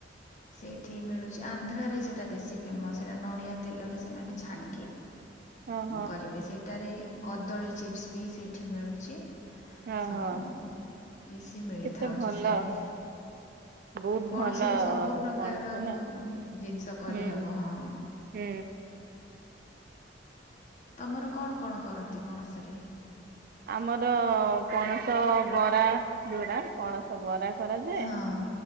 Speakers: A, on the left (about 40°); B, on the right (about 50°).
A: ସେଇଠି ମିଳୁଛି ଆନ୍ଧ୍ରରେ ସେଇଟା ବେଶୀ ଫେମସ ସେଇଟା ନଡ଼ିଆ ତେଲରେ ସେମାନେ ଛାଣିକି
B: ଓହୋ
A: କରିବେ ସେଇଟାରେ କଦଳୀ ଚିପ୍ସ ବି ସେଇଠି ମିଳୁଛି।
B: ଓହୋ
A: ସବୁ ବେଶୀ ମିଳି
B: କେତେ
A: ଥାଉଛି
B: ଭଲ
A: ସିଆଡେ।
B: ବହୁତ
A: ପଣସ
B: ଭଲ
A: ର ସବୁ ପ୍ରକାର
B: ପଣସ ନା
A: ଜିନିଷ କରିହବ
B: ହୁଁ
A: ହଁ।
B: ହୁଁ।
A: ତମର କଣ କଣ କରନ୍ତି ପଣସରେ?
B: ଆମର ପଣସ ବରା ଯୋଉଟା ପଣସ ବରା। କରାଯାଏ
A: ହଁ